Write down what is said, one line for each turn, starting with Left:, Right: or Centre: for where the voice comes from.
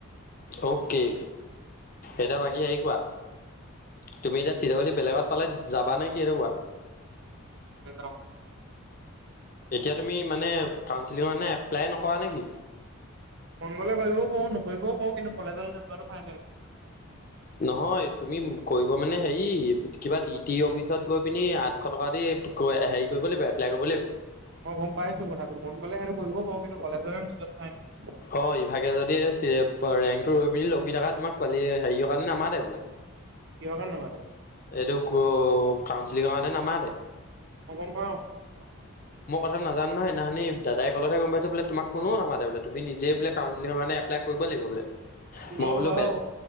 Left: অউকে, এটা বাকী আহি কোৱা। তুমি এতিয়া চিৰঅলি বেলেগত পালে যাবা নেকি সেটো কোৱা?
Right: <inaudible>
Left: এতিয়া তুমি মানে কাউঞ্চিলিঙৰ আনে এপ্লাইয়ে নকৰা নেকি?
Right: মনগলে কইবউ পাউ নকইবউ পাউ কিন্তু কলেজলে নযোৱাটো ফাইনেল।
Left: হয় তুমি উম কৰিব মানে হেৰি কিবা ডি টি অফিচত গৈ পিনি আঠশ টকা দি এ হেৰি কইব লাগিব এপ্লাই কইব লাগিব।
Right: মই গম পাইছো কথাটো মনগ'লে আৰু কৰিবউ পাৰো কিন্তু কলেজলে নোযোৱাটো ফাইনেল।
Left: অ ইভাগে যদি এ চি এপৰ ৰেংকটো ৰৈ পিনি লখি থকা তোমাক কোৱালিয়ে হেৰিয়ৰ কাৰণে নামাতে বোলে।
Right: কিহৰ কাৰণে নোমাতে
Left: এইটো ক কাউঞ্চিলিংৰ আণে নামাতে।
Right: <unintelligible>
Left: নাজান নহয় সেইদিনা খনি দাদাই কলতহে গম পাইছো বোলে তোমাক কোনো নমাতে বোলে। তুমি নিজেই বোলে কাউঞ্চিলিংৰ এপ্লাই কইব লিইব বোলে
Right: ল'ব
Left: মই বোলো
Right: বাৰু
Left: বেল